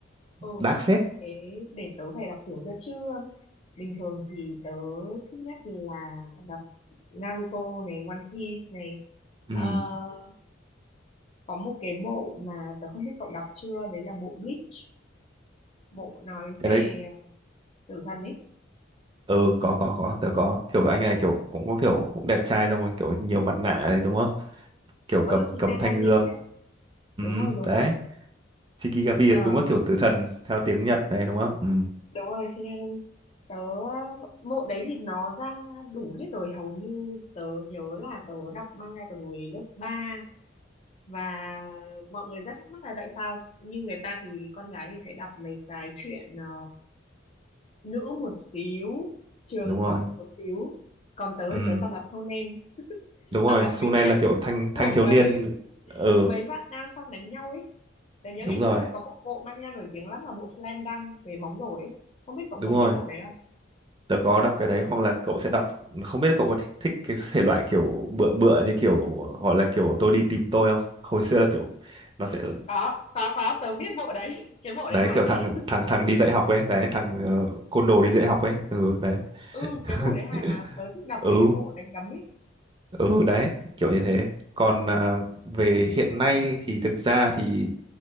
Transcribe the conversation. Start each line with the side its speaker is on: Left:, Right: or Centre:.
Left: ừ
Right: đác phết
Left: thế để tớ phải đọc thử cho chứ um, bình thường thì tớ thích nhất là đọc Naruto này One Piece này Ờ,
Right: ừ
Left: có một cái bộ mà tớ không biết cậu đọc chưa đấy là bộ Bleach bộ nói về
Right: ừ
Left: tử thần ấy
Right: ừ có có có tớ có kiểu anh này kiểu cũng có kiểu cũng đẹp trai xong rồi kiểu nhiều mặt nạ này đúng không kiểu
Left: ờ
Right: cầm
Left: Shinigami
Right: cầm thanh gươm
Left: đấy
Right: ừ
Left: đúng rồi đúng
Right: đấy
Left: rồi
Right: Shikigami
Left: Ờ
Right: là đúng là kiểu tử thần theo tiếng Nhật đấy đúng không ừ
Left: đúng rồi xin nên tớ bộ đấy thì nó ra đủ hết rồi hầu như tớ nhớ là tớ đọc manga từ hồi lớp ba và mọi người rất thắc mắc là tại sao như người ta thì con gái thì sẽ đọc mấy cái chuyện ờ, nữ một xíu trường
Right: đúng
Left: học
Right: rồi
Left: một xíu còn tớ
Right: ừ
Left: thì tớ toàn đọc shonen
Right: đúng
Left: toàn
Right: rồi
Left: đọc
Right: Sune
Left: mấy chuyện
Right: là kiểu thanh
Left: của
Right: thanh thiếu
Left: mấy
Right: niên ừ
Left: mấy bạn nam sang đánh nhau ấy tớ nhớ
Right: đúng
Left: ngày
Right: rồi
Left: xưa có một bộ manga nổi tiếng lắm là bộ Slam Dunk về bóng rổ ấy không biết cậu
Right: đúng
Left: có biết
Right: rồi
Left: bộ đấy
Right: tớ có đọc cái đấy hoặc là cậu sẽ đọc không biết là cậu có thích, thích cái thể loại kiểu bựa bựa như kiểu gọi là kiểu tôi đi tìm tôi không hồi xưa là kiểu nó sẽ
Left: có có có tớ biết bộ đấy cái bộ
Right: đấy
Left: đấy hài
Right: kiểu
Left: mà
Right: thằng thằng thằng đi dạy học ấy đấy thằng ờ, côn đồ đi dạy học ấy ừ đấy
Left: ừ cái
Right: <laughs>
Left: bộ đấy hài mà tớ thích đọc
Right: ừ
Left: mấy cái bộ đánh đấm ấy
Right: ừ đấy kiểu như thế còn à, về hiện nay thì thực ra thì